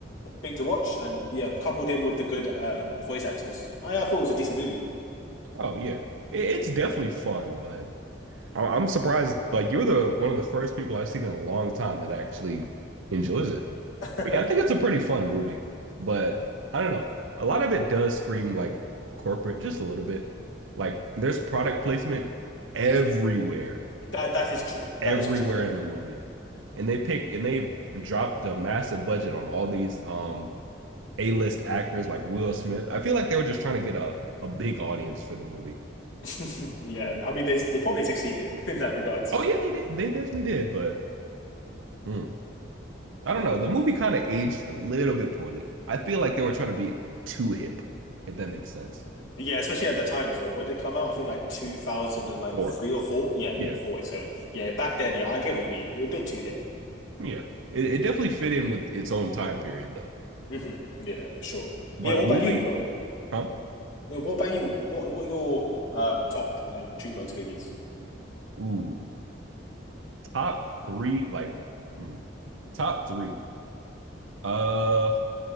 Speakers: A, on the left; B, on the right.
A: thing to watch, and yeah, coupled in with the good um, voice actors, I, I thought it was a decent movie.
B: Oh yeah, it's definitely fun, but I'm surprised. Like you're the one of the first people I've seen in a long time that actually enjoys it.
A: <laughs>
B: But yeah, I think it's a pretty fun movie, but I don't know. A lot of it does scream like corporate, just a little bit. Like there's product placement everywhere,
A: That that is true.
B: everywhere
A: That is true. Yeah.
B: in the movie. And they pick and they dropped a massive budget on all these um A-list actors like Will Smith. I feel like they were just trying to get a, a big audience for the movie.
A: <laughs> Yeah. I mean, they they probably succeeded in, in that regard.
B: Oh yeah, they did. They definitely did, but mm, I don't know. The movie kind of aged a little bit poorly. I feel like they were trying to be too hip, if that makes sense.
A: Yeah, especially at that time as well. When they come out, I think like two thousand and like
B: Four.
A: three or four. Yeah,
B: Yeah,
A: yeah, four. So yeah, back then, yeah, I get what you mean. It was a bit too hip.
B: yeah. It, it definitely fit in with its own time period though.
A: hmm Yeah, for sure.
B: But
A: But yeah, what
B: a movie,
A: about you? What,
B: huh?
A: yeah, what about you? What what, what your uh top um DreamWorks movies?
B: Ooh, top three, like hmm, top three. Uh,